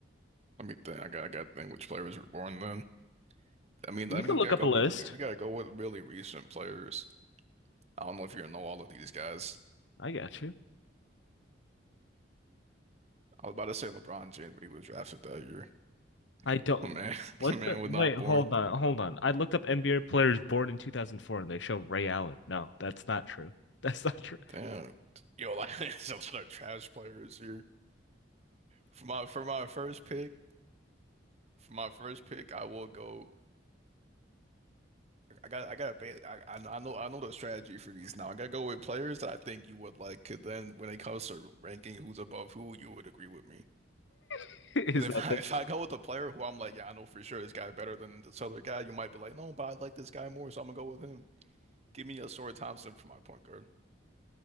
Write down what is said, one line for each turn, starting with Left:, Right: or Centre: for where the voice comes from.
Right: let me think. I got, I got to think which players were born then. I mean,
Left: You
Right: I mean,
Left: can
Right: we
Left: look
Right: gotta
Left: up
Right: go
Left: a list.
Right: with we got, we gotta go with really recent players. I don't know if you know all of these guys.
Left: I got you.
Right: I was about to say LeBron James, but he was drafted that year.
Left: I don't.
Right: Oh, man, <laughs>
Left: What
Right: man
Left: the?
Right: was
Left: Wait,
Right: not
Left: hold
Right: born.
Left: on, hold on. I looked up NBA players born in 2004 and they show Ray Allen. No, that's not true. <laughs> That's not true.
Right: Damn, yo, like <laughs> there's a lot of trash players here. For my for my first pick, for my first pick, I will go. I got I got a I, I know I know I know the strategy for these now. I gotta go with players that I think you would like. 'cause then when it comes to ranking who's above who, you would agree with me.
Left: <laughs> Is
Right: Because
Left: that
Right: if <laughs> I,
Left: the
Right: if I go with a player who I'm like, yeah, I know for sure this guy's better than this other guy, you might be like, no, but I like this guy more, so I'm gonna go with him. Give me a Sora Thompson for my point guard.